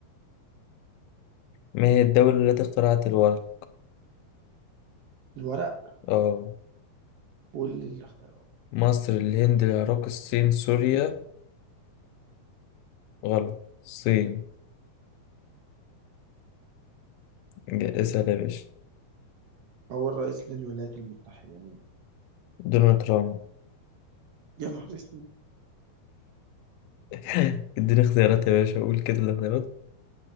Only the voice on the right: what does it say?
الورق
واللي اختاره
أول رئيس للولايات المتحدة مين؟
يا نهار اسود